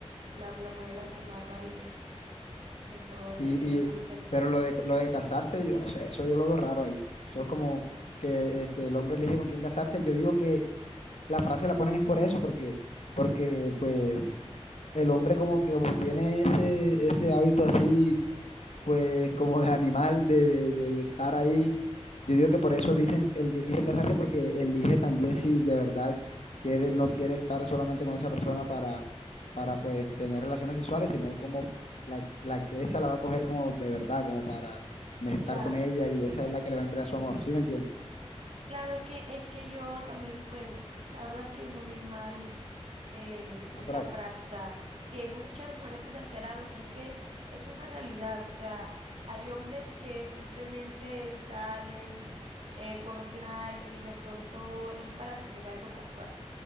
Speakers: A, on the right (about 65°); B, on the left (about 85°).
A: claro, la mujer es la que más varía en todo ese
B: Y,
A: eh,
B: y,
A: aspecto.
B: pero lo de, lo de casarse, yo no sé, eso yo lo veo raro ahí. Eso es como que este, el hombre elige con quién casarse. Yo digo que la frase la ponen es por eso, porque, porque pues el hombre como que como tiene ese, ese hábito así pues como de animal, de, de, de- de estar ahí. Yo digo que por eso dicen, eligen casarse porque elige también si de verdad quiere, no quiere estar solamente con esa persona para, para pues tener relaciones sexuales, sino como la, la que esa la va a coger como de verdad, como para me- estar
A: Claro.
B: con ella y esa es la que le va a entregar su amor, ¿sí me entiendes?
A: Claro, es que, es que yo también, pues, la verdad es que no vi mal eh,
B: La
A: esa
B: frase.
A: frase, o sea, sí, hay muchas mujeres que se alteraron, pero es que es una realidad, o sea, hay hombres que simplemente salen, eh, conocen a alguien y de pronto es para tener algo casual.